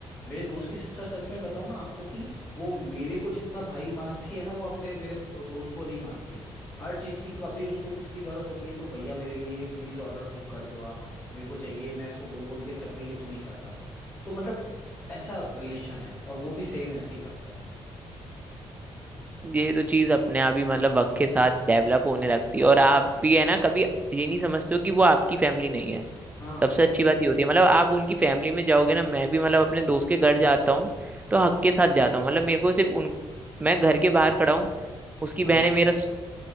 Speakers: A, on the left; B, on the right.
A: मेरे दोस्त की सिस्टर सच में बताऊं ना आपको कि वो मेरे को जितना भाई मानती है ना वो अपने मेरे दोस्त को नहीं मानती हर चीज़ की कभी उसको कुछ भी ज़रूरत होती है तो भैया मेरे लिए ये प्लीज़ ऑर्डर बुक कर दो आप मेरे को चाहिए मैं इसको बोल बोल के थक गई ये तो नहीं कर रहा तो मतलब ऐसा रिलेशन है और वो भी सेम ऐसे ही करता है
B: ये तो चीज अपने आप ही मतलब वक्त के साथ डेवलप होने लगती है और आप भी है ना कभी ये नहीं समझते हो कि वो आपकी फैमिली नहीं है
A: हाँ
B: सबसे
A: वही
B: अच्छी बात ये होती है मतलब आप उनकी फैमिली में जाओगे ना मैं भी मतलब अपने दोस्त के घर जाता हूँ तो हक के साथ जाता हूँ मतलब मेरे को सिर्फ उन मैं घर के बाहर खड़ा हूँ उसकी
A: हाँ
B: बहन है मेरा स-